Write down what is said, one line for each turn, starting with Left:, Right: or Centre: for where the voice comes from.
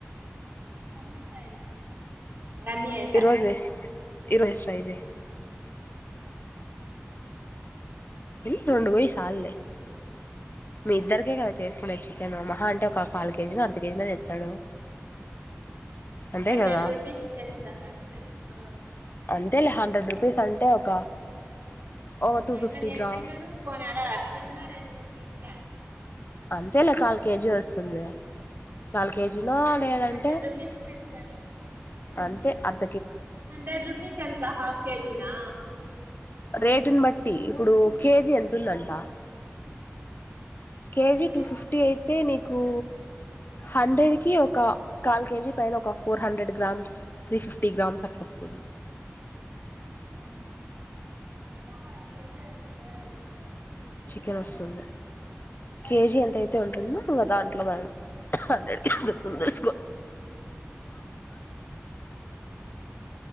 Right: టమాటొ ఏయలే గన్నీ ఎసా
Left: ఈరోజు ఈరోజు ట్రై చేయ్ ఉమ్ రెండు గోయ్ సాల్లె మీ ఇద్దరికే కద చేసుకునేది చికెను మహా అంటే ఒక పాల్ కేజీ నొ అర్ధ కేజీ నొ తెచ్చాడు అంతే
Right: హండ్రెడ్
Left: కదా
Right: రూపీస్ తెస్తరంతె ఆ
Left: అంతే లే హండ్రెడ్ రూపీస్ అంటే ఒక ఒక టూ
Right: అయిన
Left: ఫిఫ్టీ
Right: నేను
Left: గ్రామ్
Right: తిననూ పోని అడా తిన్న రెండు ముడు పీసులే
Left: అంతె లే కాల్ కేజీ అస్తుంది కాల్ కేజ్ ఇలా లేదంటె
Right: హండ్రెడ్ రూపీస్ తెస్తాడు
Left: అంతె అన్
Right: హండ్రెడ్ రుపీస్ ఎంత హాఫ్ కేజినా
Left: రేటుని బట్టి ఇప్పుడు కేజీ ఎంతుందంట కేజి
Right: ఇప్పుడేమో
Left: టూ ఫిఫ్టీ అయితే నిక్ కు హండ్రెడ్ కి ఒక కాల్ కేజీ పైన ఒక four hundred grams త్రిఫ్ fifty grams అట్లోస్తది
Right: ఆ
Left: కేనొస్తుంద కేజీ ఎంతయితే ఉంటుందొ ఇంగ దాంట్లో మనం హండ్రెడ్ కేజోస్తుందొ చుస్కో